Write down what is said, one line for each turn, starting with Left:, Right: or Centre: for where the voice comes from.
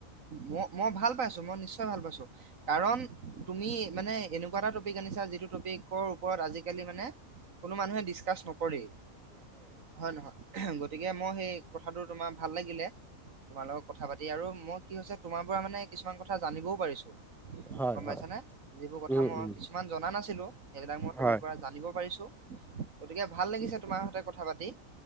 Right: ম মই ভাল পাইছো, মই নিশ্চয় ভাল পাইছো, কাৰণ তুমি মানে এনেকুৱা এটা টপিক যিটো টপিকৰ ওপৰত আজিকালি মানে কোনো মানুহে ডিচকাচ নকৰে। হয়, নহয় গতিকে মই সেই কথাটো তোমাৰ ভাল লাগিলে তোমাৰ লগত কথা পাতি আৰু মই কি হৈছে তোমাৰ পৰা মানে কিছুমান কথা জানিবও পাৰিছো।
Centre: হয়।
Right: গম
Centre: হয়
Right: পাইছানে যিবোৰ কথা
Centre: উম
Right: মই
Centre: উম
Right: কিছুমান জনা নাছিলো, সেইবিলাক মই
Centre: হয়
Right: তোমাৰ পৰা জানিব পাৰিছো। গতিকে ভাল লাগিছে, তোমাৰ সতে কথা পাতি